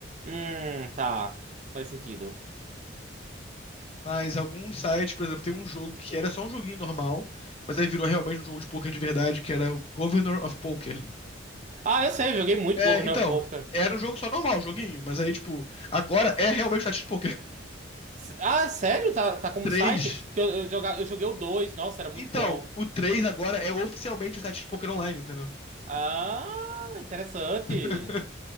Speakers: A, on the right; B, on the left.
A: Hum, tá. Faz sentido.
B: Mas alguns sites, por exemplo, tem um jogo que era só um joguinho normal, mas aí virou realmente um jogo de poker de verdade, que era o Governor of Poker.
A: Ah, eu sei, eu joguei muito
B: É,
A: Governor
B: então,
A: of Poker.
B: era um jogo só normal, um joguinho, mas aí, tipo, agora é realmente um site de poker. <laughs>
A: S- Ah, sério? Tá, tá como
B: três
A: site? Porque eu, eu, joga- eu joguei o dois nossa, era muito
B: Então,
A: bom.
B: o 3 agora é oficialmente um site de poker online, entendeu?
A: Ah, interessante.
B: <laughs>